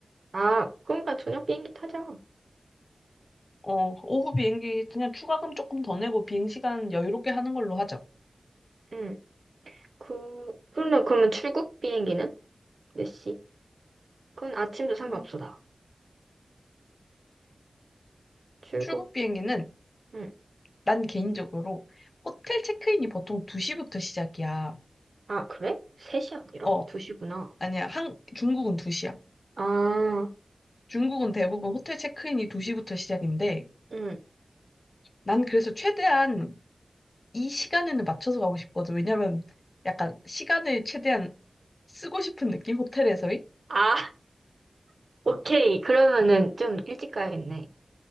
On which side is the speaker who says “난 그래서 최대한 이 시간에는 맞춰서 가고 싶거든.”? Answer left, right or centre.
Left